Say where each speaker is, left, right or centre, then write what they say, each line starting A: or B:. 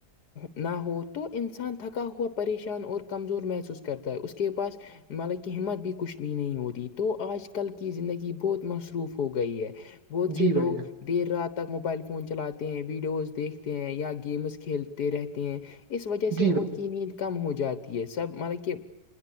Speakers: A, on the left; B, on the right.
A: نہ ہو تو انسان تھکا ہوا پریشان اور کمزور محسوس کرتا ہے اس کے پاس مطلب کہ ہمت بھی کچھ بھی نہیں ہوتی تو آج کل کی زندگی بہت مصروف ہو گئی ہے بہت
B: جان
A: سے
B: جی
A: لوگ
B: بھائی جان
A: دیر رات تک موبائل فون چلاتے ہیں ویڈیوز دیکھتے ہیں یا گیمز کھیلتے رہتے ہیں اس وجہ سے
B: جی
A: ا کی نیند کم ہو جاتی ہے سب مطلب کہ